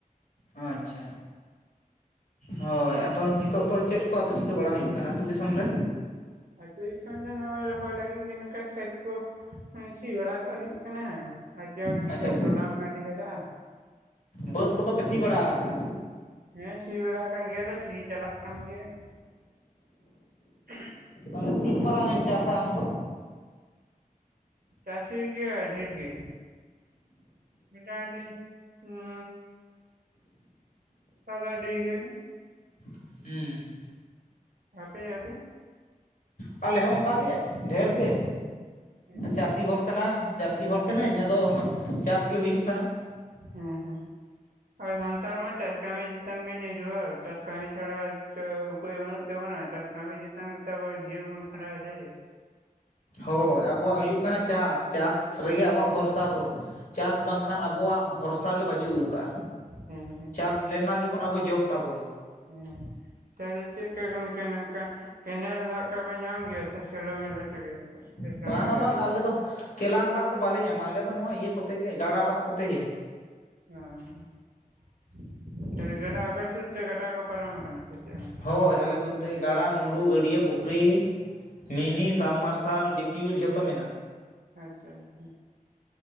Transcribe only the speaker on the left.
ᱚ ᱟᱪᱪᱷᱟ ᱦᱳᱭ ᱟᱫᱚ ᱱᱤᱛᱚᱜ ᱫᱚ ᱪᱮᱫ ᱠᱚ ᱪᱤᱠᱟᱹ ᱵᱟᱲᱟ ᱦᱩᱭᱩᱜ ᱠᱟᱱᱟ ᱟᱛᱩ ᱫᱤᱥᱚᱢ ᱨᱮ?
ᱟᱪᱪᱷᱟ
ᱵᱟᱹᱫᱽ ᱠᱚᱫᱚ ᱯᱮ ᱥᱤ ᱵᱟᱲᱟ ᱠᱟᱜᱼᱟ?
ᱛᱟᱦᱚᱞᱮ ᱛᱤᱱ ᱢᱟᱨᱟᱝ ᱮᱢ ᱪᱟᱥᱟ ᱟᱢᱫᱚ?
ᱩᱸᱻ ᱾
ᱟᱞᱮ ᱦᱚᱸ ᱚᱱᱠᱟᱜᱮ ᱰᱷᱮᱨ ᱜᱮ
ᱪᱟᱥᱤ ᱦᱚᱲ ᱠᱟᱱᱟ ᱪᱟᱥᱤ ᱦᱚᱲ ᱠᱟᱹᱱᱟᱹᱧ ᱟᱫᱚ ᱪᱟᱥᱜᱮ ᱦᱩᱭᱩᱜ ᱠᱟᱱᱟ ᱾
ᱦᱳᱭ, ᱟᱵᱚᱣᱟᱜ ᱦᱩᱭᱩᱜ ᱠᱟᱱᱟ ᱪᱟᱥ᱾ ᱪᱟᱥ ᱨᱮᱜᱮ ᱟᱵᱚᱣᱟᱜ ᱵᱷᱚᱨᱥᱟ ᱫᱚ, ᱪᱟᱥ ᱵᱟᱝᱠᱷᱟᱱ ᱟᱵᱚᱣᱟᱜ ᱵᱷᱚᱨᱥᱟ ᱜᱮ ᱵᱟᱪᱩᱜ ᱟᱠᱟᱜᱼᱟ᱾
ᱪᱟᱥ ᱞᱮᱱ ᱟᱱᱟ ᱜᱮᱵᱚᱱ ᱟᱵᱚ ᱡᱚᱢ ᱛᱟᱵᱚ ᱫᱚ᱾
ᱵᱟᱝᱟ
ᱵᱟᱝᱟ ᱟᱞᱮ ᱫᱚ ᱠᱮᱞᱟᱱ ᱫᱟᱜ ᱫᱚ ᱵᱟᱞᱮ ᱧᱟᱢᱟ, ᱟᱞᱮ ᱫᱚ ᱱᱚᱣᱟ ᱤᱭᱟᱹ ᱠᱚᱛᱮ ᱜᱮ ᱜᱟᱰᱟ ᱫᱟᱜ ᱠᱚᱛᱮ ᱜᱮ᱾
ᱦᱳᱭ ᱟᱞᱮ ᱥᱩᱨᱛᱮ ᱜᱟᱰᱟ, ᱢᱩᱸᱰᱩ, ᱜᱟᱹᱰᱭᱟᱹ ᱯᱩᱠᱷᱨᱤ, ᱢᱤᱱᱤ
ᱥᱟᱵᱽ ᱢᱟᱨᱥᱟᱞ ᱰᱤᱯᱤᱭᱩᱨ ᱡᱷᱚᱛᱚ ᱢᱮᱱᱟᱜᱼᱟ᱾